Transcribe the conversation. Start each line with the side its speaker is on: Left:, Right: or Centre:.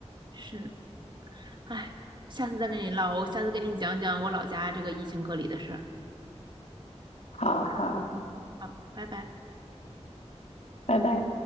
Right: 是，哎，下次再跟你唠，我下次跟你讲讲我老家这个疫情隔离的事儿。
Left: 好好，
Right: 好，拜拜。
Left: 拜拜。